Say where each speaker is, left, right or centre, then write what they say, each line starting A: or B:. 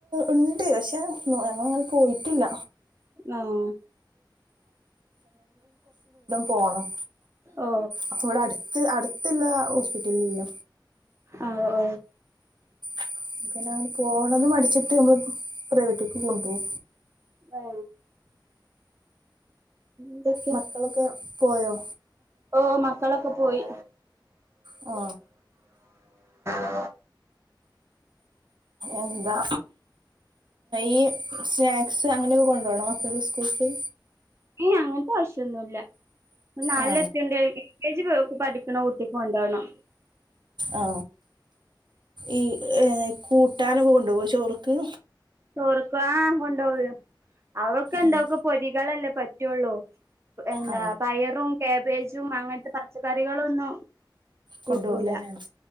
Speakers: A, on the right; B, on the right.
A: ഉണ്ട് പക്ഷെ ഞങ്ങളങ്ങനെ പോയിട്ടില്ല.
B: ആഹ്
A: പോണം
B: ഓ
A: അപ്പ ഇവിടെ അടുത്ത് അടുത്തുള്ള ഹോസ്പിറ്റലിലല്ല
B: ആഹ് ഓ
A: <unintelligible> അങ്ങനെ പോവണത് മടിച്ചിട്ട് നമ്മ പ്രൈവട്ട കൊണ്ടോം
B: ആ എതൊക്കെ
A: മക്കളൊക്കെ പോയോ
B: ഓ മക്കളൊക്കെ പോയി
A: ഓ
B: ആ
A: എന്താ ഈ സ്നാക്സ് അങ്ങനെയൊക്കെ കൊണ്ടുപോണം മക്കെ സ്കൂൾസി
B: എ അങ്ങനെതത്താശ്യൊന്നൂല്ല <unintelligible>
A: ആ
B: കെജി പഠിക്കണ ഊട്ടിക്ക് കൊണ്ടോണോ
A: ആ ഈ ഏ കൂ ട്ടാനൊകെ കൊണ്ടുപോവോ ചോറ്‌ക്ക്
B: ചോറുക്കോ ആ കൊണ്ട് <unintelligible> അവൾക്ക് എന്തോക്കൊ
A: ഉം.
B: പൊരികളെല്ല പറ്റുള്ളൂ എന്താ
A: ആ
B: പയറും കാബേജു ജും അങ്ങനത്തെ പച്ചക്കറികളൊന്നും കൂട്ടൂല
A: കൊണ്ടപോകലന്നെണ്